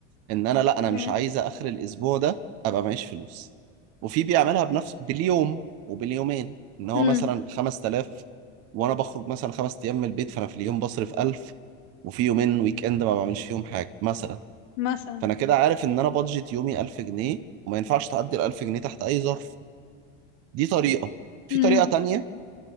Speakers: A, on the right; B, on the left.
A: ان انا لا انا
B: اوكي
A: مش عايزه اخر الاسبوع ده ابقى معيش فلوس وفي بيعملها بنفس باليوم وباليومين ان هو
B: امم
A: مثلا 5000 وانا بخرج مثلا خمس ايام من البيت فانا في اليوم بصرف 1000 وفي يومين ويك اند ما بعملش فيهم حاجه مثلا
B: مثلا
A: فانا كده عارف ان انا بادجت يومي 1000 جنيه وما ينفعش تعدي ال 1000 جنيه تحت اي ظرف دي طريقة
B: امم
A: في طريقة تانية